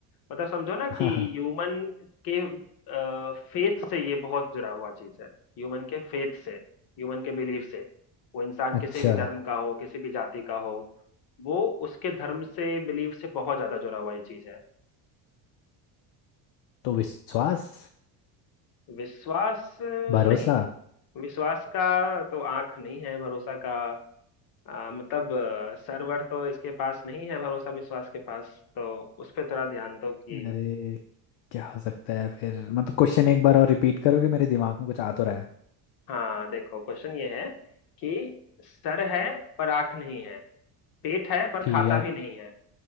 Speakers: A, on the left; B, on the left.
A: मतलब समझो ना कि
B: <laughs> हाँ हाँ
A: ह्यूमन के फेथ से ये बहुत जुड़ा हुआ चीज है ह्यूमन के फेथ से ह्यूमन के बिलीफ से वो इंसान किसी
B: अच्छा
A: भी धर्म का हो किसी भी जाति का हो वो उसके धर्म से बिलीफ से बहुत ज्यादा जुड़ा हुआ ये चीज है
B: तो विश्वास
A: विश्वास अ,
B: भरोसा
A: नहीं विश्वास का तो आंख नहीं है भरोसा का आ, मतलब अ, सर्वर तो इसके पास नहीं है भरोसा विश्वास के पास तो उस पे थोड़ा ध्यान दो कि
B: अरे क्या हो सकता है फिर मतलब क्वेश्चन एक बार और रिपीट करोगे मेरे दिमाग में कुछ आ तो रहा है
A: हाँ देखो क्वेश्चन ये है कि सर है पर आंख नहीं है पेट है पर
B: ठीक
A: खाता
B: है
A: भी नहीं है